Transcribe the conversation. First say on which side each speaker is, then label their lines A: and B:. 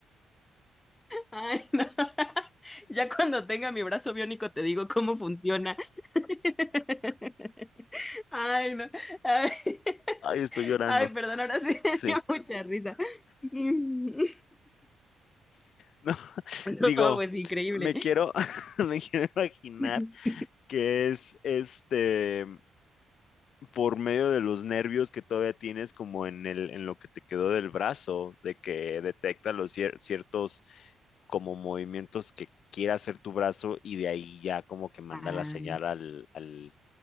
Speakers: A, on the left; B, on the left.
A: Ay, no. <laughs> Ya cuando tenga mi brazo biónico te digo cómo funciona. <laughs> Ay, no. Ay, <laughs>
B: ay, estoy llorando.
A: ay, perdón, ahora sí <laughs> me
B: Sí.
A: dio mucha
B: <laughs>
A: risa. <laughs> Mm.
B: No,
A: No,
B: digo,
A: pues increíble.
B: me quiero, <laughs> me quiero imaginar
A: <laughs>
B: que es este por medio de los nervios que todavía tienes como en el, en lo que te quedó del brazo, de que detecta los cier- ciertos como movimientos que quiera hacer tu brazo y de ahí ya como que manda
A: Ah.
B: la señal al, al,